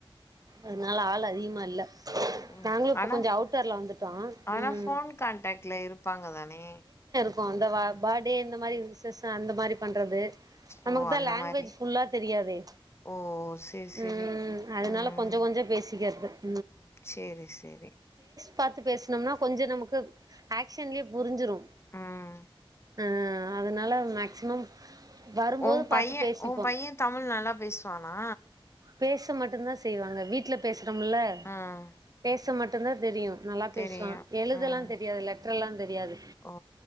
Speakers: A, on the right; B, on the left.
A: அதனால ஆள் அதிகமா இல்ல
B: ம்
A: நாங்களு இப்ப
B: ஆனா
A: கொஞ்சோ அவுட்டர்ல வந்துட்டோ
B: ஆனா
A: ம்
B: ஃபோன் கான்டேக்ட்ல இருப்பாங்க தானே
A: இப்போ அந்தவா பாட்டே இந்த மாரி விசேஷோ அந்த மாரி பண்றது நமக்குதா
B: ஓ அந்த
A: லேங்குவேஜ்
B: மாரி
A: ஃபுல்லா தெரியாதே
B: ஓ சேரி சேரி
A: ம் அதனால
B: ம்
A: கொஞ்சோ கொஞ்சோ பேஸ் <inaudible>
B: சேரி சேரி
A: பாத்து பேசுனோம்னா கொஞ்சோ நமக்கு ஏக்ஷன்லயே புருஞ்சிரும்
B: ம்
A: ஆ அதனால மேக்சிமம் வரும்போது
B: உம் பைய
A: பாத்து பேசிப்போ
B: உம் பைய தமிழ் நல்லா பேசுவானா
A: பேச மட்டுந்தா செய்வாங்க வீட்ல பேஸ் ரும்முல்ல
B: ம்
A: பேஸ் ஸ்ச மட்டுந்தா தெரியு நல்லா
B: தெரியு
A: பேசுவா எழுதெல்லாந்
B: ம்
A: தெரியாதுல்ல ற்றலன் தெரியாது
B: ஓ